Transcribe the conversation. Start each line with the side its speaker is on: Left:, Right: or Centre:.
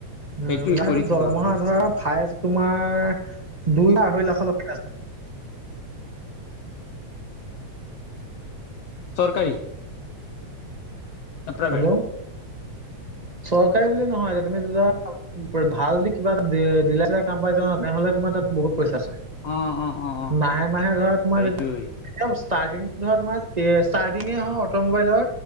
Right: উম,
Left: সেইটোৱে
Right: সেইটোত
Left: কৰি
Right: দৰমহা
Left: থকা ভাল
Right: ধৰা
Left: আছে
Right: হায়েজ তোমাৰ দুই আঢ়ৈ লাখ <unintelligible> আছে।
Left: চৰকাৰী? ন প্ৰাইভেট
Right: হেল্ল', চৰকাৰী বুলি নহয় এতিয়া তুমি ধৰা ভাল দি কিবা এটা দিলাই চিলাই কাম পাই যাবা না তেনেহ'লে তোমাৰ তাত বহুত পইচা আছে।
Left: অ অ অ অ
Right: মাহে -মাহে ধৰা তোমাৰ
Left: সেইটোৱে
Right: <unintelligible> <unintelligible> ষ্টাৰ্টিংটো ধৰা তোমাৰ <unintelligible> ষ্টাৰ্টিঙে হ অটো মোবাইলৰ